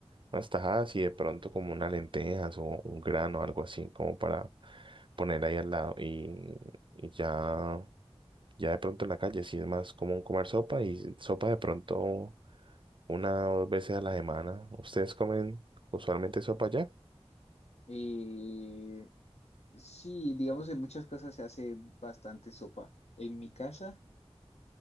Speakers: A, on the right; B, on the left.
A: unas tajadas y de pronto como unas lentejas o un grano, algo así, como para poner ahí al lado y, y ya, ya de pronto en la calle, sí es más común comer sopa y sopa de pronto una o dos veces a la semana. ¿Ustedes comen usualmente sopa ya?
B: Eh, sí, digamos en muchas casas se hace bastante sopa. En mi casa,